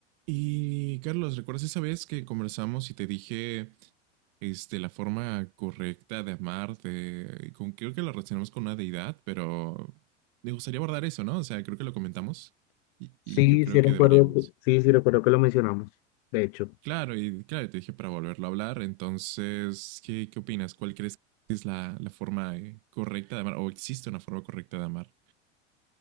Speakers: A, on the right; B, on the left.
A: Y Carlos, ¿recuerdas esa vez que conversamos y te dije este, la forma correcta de amar? De, con, creo que lo relacionamos con una deidad, pero me gustaría abordar eso, ¿no? O sea, creo que lo comentamos y,
B: Sí,
A: y yo creo
B: sí recuerdo,
A: que deberíamos.
B: que- sí, sí recuerdo que lo mencionamos. De hecho,
A: Claro, y claro, te dije para volverlo a hablar. Entonces, ¿qué, qué opinas? ¿Cuál crees que es la, la forma eh, correcta de amar? ¿O existe una forma correcta de amar?